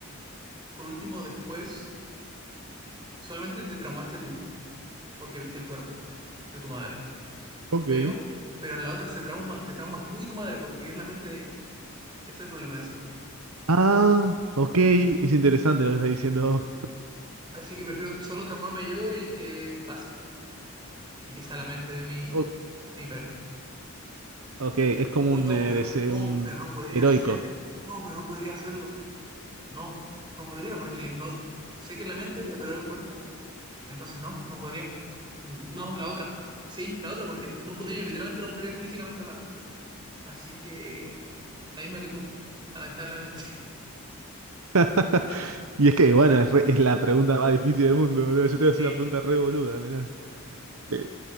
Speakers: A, on the right; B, on the right.
A: por último, después, solamente te traumaste tú, porque viste el cuerpo de tu madre,
B: Ok.
A: pero, pero en la otra se trauma, te traumas tú y tu madre, porque es la mente de ella. Ese es el problema de eso.
B: Ah, ok, es interesante lo que estás diciendo.
A: Así que prefiero solo transformarme yo y que pase. Y que sea la mente de mi,
B: O-
A: de mi pareja.
B: ok, es como
A: Uy,
B: un,
A: no,
B: eh,
A: pero
B: dese-
A: no,
B: un
A: pero no podría
B: heroico.
A: hacer. No, pero no podría hacerlo. No, no podría porque no sé que es la mente de ella, pero es el cuerpo. Entonces no, no podría. N- No, la otra. Sí, la otra porque no podría, literalmente no podría físicamente hablando. Así que la misma que tú, lamentablemente. <laughs>
B: <laughs> Y es que, bueno, es, re- es la pregunta más difícil del mundo, boludo. Yo te voy a hacer
A: Eh,
B: una pregunta re boluda, mirá. Eh,